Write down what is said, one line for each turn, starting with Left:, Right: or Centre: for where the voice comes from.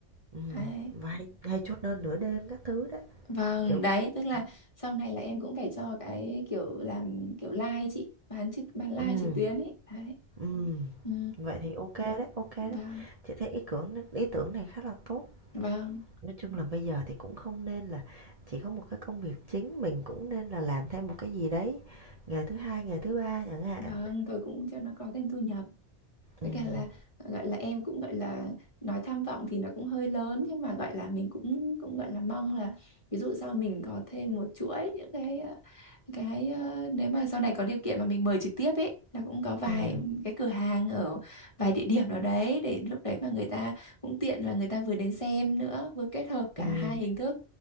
Right: Ừm,
Left: Đấy.
Right: và hay hay chốt đơn nửa đêm các thứ đấy,
Left: Vâng,
Right: kiểu vậy.
Left: đấy, tức là
Right: Hả?
Left: sau này là em cũng phải cho cái kiểu làm kiểu live chị, bán trực bán live
Right: Ừm,
Left: trực tuyến ấy. Đấy.
Right: ừm.
Left: Ừ,
Right: Vậy thì ok đấy, ok đấy.
Left: vâng,
Right: Chị thấy ý tưởng ý tưởng này khá là tốt.
Left: vâng,
Right: Nói chung là bây giờ thì cũng không nên là chỉ có một cái công việc chính, mình cũng nên là làm thêm một cái gì đấy, ngày thứ Hai, ngày thứ Ba chẳng hạn.
Left: vâng, tôi cũng cho nó có thêm thu nhập.
Right: Ừm,
Left: với cả là gọi là em cũng gọi là nói tham vọng thì nó cũng hơi lớn nhưng mà gọi là mình cũng cũng gọi là mong là ví dụ sau mình có thêm một chuỗi những cái ờ, cái ờ, nếu mà sau này có điều kiện mà mình mời trực tiếp ấy là cũng có vài
Right: ừm,
Left: cái cửa hàng ở vài địa điểm nào đấy để lúc đấy mà người ta cũng tiện là người ta vừa đến xem nữa vừa kết hợp cả
Right: ừm.
Left: hai hình thức